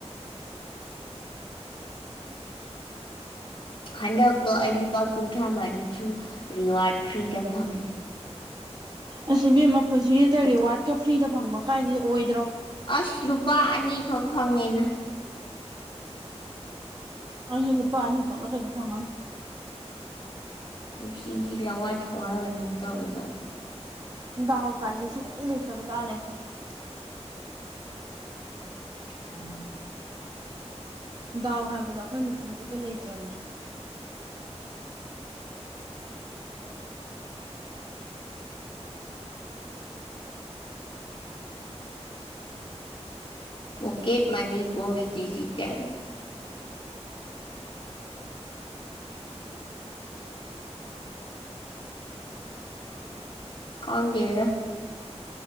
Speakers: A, on the left; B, on the right.
A: ꯍꯟꯗꯛꯇꯣ ꯑꯩ ꯂꯨꯄꯥ ꯀꯨꯟꯊ꯭ꯔꯥ ꯃꯔꯤꯁꯨ ꯔꯤꯋꯥꯔꯠ ꯐ꯭ꯔꯤꯗ ꯐꯪꯉꯦ
B: ꯑꯁ ꯏꯕꯦꯝꯃ ꯄꯨꯟꯁꯤꯗ ꯔꯤꯋꯥ꯭ꯔꯠꯀ ꯐ꯭ꯔꯤꯗ ꯐꯪꯕ ꯀꯥꯏꯗꯨ ꯑꯣꯏ
A: ꯑꯁ ꯂꯨꯄꯥ ꯑꯅꯤꯈꯛ ꯐꯪꯉꯦꯗ
B: ꯑꯩꯖꯨ ꯂꯨꯄꯥ ꯑꯅꯤ ꯈꯛꯂ ꯀꯩꯅꯣ ꯐꯪꯉꯝꯅꯤ
A: ꯄꯨꯟꯁꯤꯖꯤ ꯂꯋꯥꯏ ꯊꯋꯥꯏ ꯑꯣꯏꯅ ꯍꯦꯛ ꯇꯧꯔꯗꯥꯅ
B: ꯗꯥꯎ ꯀꯥꯏꯁꯦ ꯁꯨꯡꯂꯩ ꯂꯩꯇꯕ ꯖꯥꯠꯅꯦ ꯑꯩꯈꯣꯏꯁꯦ
A: <inaudible>
B: ꯗꯥꯎ ꯍꯥꯏꯕꯗꯣ ꯑꯩꯈꯣꯏ ꯃꯤꯆꯪꯗꯨꯗ ꯂꯩꯇ꯭ꯔꯕꯅꯦ
A: ꯄꯣꯀꯦꯠ ꯃꯅꯤ ꯒꯣꯁ ꯗꯤꯖꯤꯇꯦꯜ ꯈꯪꯗꯦꯗ